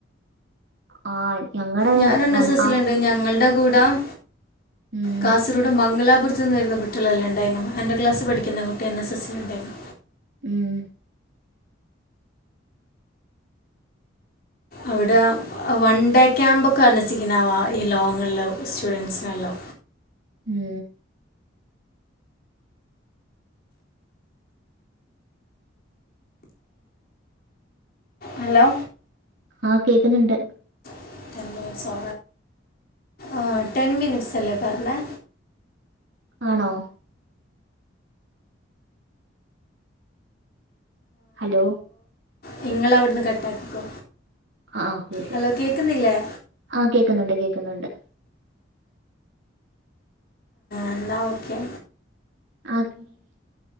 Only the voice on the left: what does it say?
ഞാൻ എൻ എസ് എസ്സിലുണ്ട്
ഞങ്ങളുടെ കൂടെ ത
കാസരോട് മംഗലാപുര അ നേരുന്ന കുട്ടളെല്ലാം ഉണ്ടായിരുന്നു എൻ്റെ ക്ലാസ്ൽ പഠിക്കുന്ന കുട്ടി എൻ എസ് എസ് സ ഉണ്ടായിരുന്നു
അവിടെ വൺ ഡേ ക്യാമ്പ ഒക്കെ അന്നസിക്കുന്നാവ ഈ ലോങ്ങിലോ സ്റ്റുഡന്റ്സിനെല്ലോ
ഹലോ
<unintelligible> ഓ ആ ടെൻ മിനിറ്റ്സ്ല്ലേ പറഞ്ഞണ
നിങ്ങളവിടന്ന് കട്ടാക്കിക്കോ
ഹലോ കേൾക്കുന്നില്ലേ
എല്ലാം ഓക്കെ